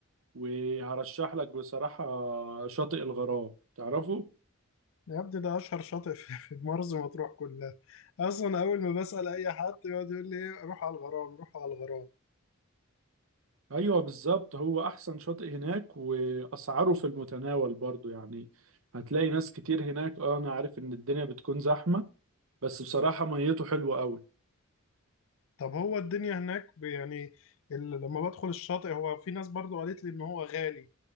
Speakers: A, on the right (about 65°); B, on the left (about 65°).
A: وهرشح لك بصراحة شاطئ الغرام تعرفه
B: يا ابني ده اشهر شاطئ في في مرسى مطروح كلها اصلا اول ما بسأل اي حد يقعد يقول لي إيه، روح على الغرام روح على الغرام
A: ايوه بالظبط هو احسن شاطئ هناك واسعاره في المتناول برضو يعني هتلاقي ناس كتير هناك اه انا عارف ان الدنيا بتكون زحمة بس بصراحة ميته حلوة قوي
B: طب هو الدنيا هناك ب- يعني ال- لما بدخل الشاطئ هو في ناس برضو قالت لي ان هو غالي